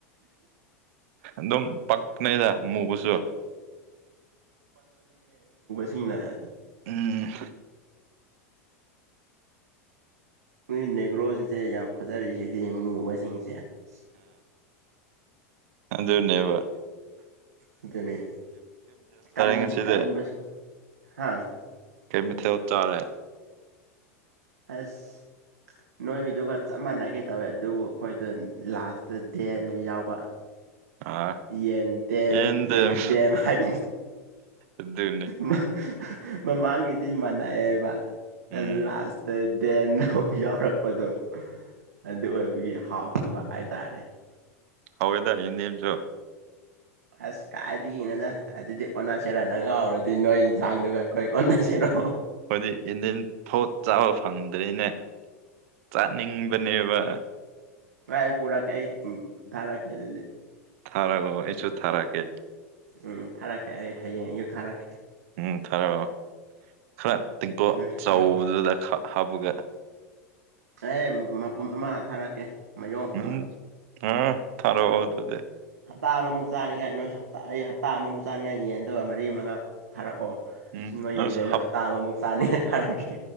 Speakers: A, on the right; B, on the right.
A: ꯑꯗꯨ ꯑꯗꯨꯝ ꯄꯛꯅꯩꯗ ꯃꯨꯕꯨꯁꯨ
B: ꯑꯅ
A: ꯎꯝ
B: ꯅꯣꯏ ꯅꯦꯒ꯭ꯔꯣꯁꯤꯡꯁꯦ ꯌꯥꯝ ꯐꯖꯔꯤꯁꯤꯗꯤ ꯃꯨꯕꯁꯤꯡꯁꯦ ꯑꯁ
A: ꯑꯗꯅꯦꯦꯕ
B: ꯑꯗꯨ ꯑꯗꯨꯅꯤ ꯀꯥꯟ
A: ꯉꯁꯤꯗꯤ
B: ꯀꯥꯟꯁꯨ ꯍꯥ
A: ꯀ ꯃꯊꯦ ꯎꯆ ꯆꯔꯦ
B: ꯑꯁ ꯅꯣꯏꯒꯤꯗꯨꯒ ꯆꯞ ꯃꯥꯟꯅꯒꯦ ꯇꯧꯋꯦ ꯑꯗꯨꯕꯨ ꯑꯩꯈꯣꯏꯗ ꯂꯥꯁꯇ ꯗꯦꯟ ꯑꯃ ꯌꯥꯎꯕ
A: ꯑꯥ
B: ꯌꯦꯟꯇꯦꯟ
A: ꯌꯦꯟꯗꯦꯝ
B: ꯌꯦꯟꯇ ꯍꯥꯏ
A: ꯑꯗꯨꯅꯦ
B: ꯃꯥ ꯃꯃꯥꯡꯒꯤꯗꯤ ꯃꯥꯟꯅꯩꯑꯕ
A: ꯎꯝ
B: ꯂꯥꯁꯇ ꯗꯦꯟꯧ ꯌꯥꯎꯔꯛꯄꯗꯣ ꯑꯗꯨ ꯑꯣꯏꯕꯒꯤ ꯍꯥꯎꯇꯕ ꯍꯥꯏꯇꯥꯔꯦ
A: ꯍꯥꯎꯣꯏꯗ ꯌꯦꯅꯤꯦꯦꯝꯁꯨꯣ
B: ꯑꯁ ꯀꯥꯏꯏꯗꯒꯤꯗꯒꯤꯅꯣꯗ ꯑꯗꯨꯗꯤ ꯑꯣꯅꯥ ꯁꯦꯔꯥꯅ ꯉꯥꯎꯔꯗꯤ ꯅꯣꯏ ꯌꯦꯟꯁꯥꯡꯗꯨꯒ ꯑꯩꯩ ꯑꯗꯖꯔꯣ
A: ꯑꯩꯣꯏꯗꯤ ꯏꯟꯗꯤꯟ ꯐꯣꯠ ꯆꯥꯕ ꯐꯪꯗ꯭ꯔꯔꯤꯅꯦ ꯆꯥꯅꯤꯡꯕꯅꯦꯕ
B: ꯉ ꯄꯨꯔꯥ ꯀ ꯑꯩ ꯊꯔꯥ ꯀꯦ ꯑꯗꯨꯗꯤ
A: ꯊꯥꯔꯛꯒꯣ ꯑꯩꯁꯨ ꯊꯥꯔꯛꯑꯀꯦ
B: ꯎꯝ ꯊꯥꯔꯛꯀꯦ ꯑꯩ ꯍꯌꯦꯡ ꯑꯌꯨꯛ ꯊꯥꯔꯛꯀꯦ
A: ꯎ ꯊꯔꯣ ꯈꯔ ꯇꯦꯡꯀꯣ
B: ꯅꯣꯏꯁꯨ
A: ꯆꯥꯎꯕꯗꯨꯗ
B: ꯊꯥꯔꯛꯑꯣ
A: ꯍꯥꯞꯄꯨꯒ
B: ꯑꯦ ꯃꯄꯨꯝ ꯑꯃ ꯊꯥꯔꯛꯀꯦ ꯃꯌꯣꯟ
A: ꯎꯝ
B: ꯑꯃ
A: ꯑꯥ ꯇꯔꯣ ꯍꯗꯗꯦ
B: ꯍꯞꯇꯥ ꯑꯃꯃꯨꯛ ꯆꯥꯅꯤꯡꯉꯥꯏ ꯅꯣꯏꯁꯨ ꯑꯩ ꯍꯞꯇꯥ ꯑꯃꯃꯨꯛ ꯆꯥꯅꯤꯡꯉꯥꯏ ꯌꯦꯟꯗꯣ ꯃꯔꯤ ꯃꯉꯥ ꯊꯥꯔꯛꯑꯣ
A: ꯎꯝ
B: ꯑ ꯅꯣꯏ ꯌꯦꯟꯗꯦꯟꯗꯣ
A: ꯑꯁ
B: ꯍꯞꯇꯥ ꯑꯃꯃꯨꯛ ꯆꯥꯅꯤꯅ ꯊꯥꯔꯛꯀꯦ